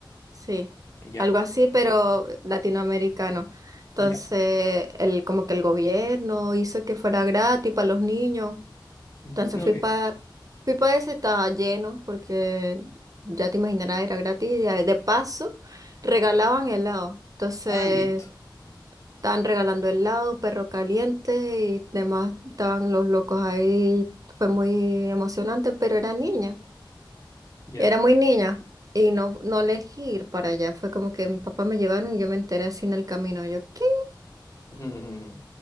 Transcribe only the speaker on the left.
Ya,
Ya.
Mm,
Ok.
Ah, listo.
Ya.
<laughs> Ujú, ujú, ujú.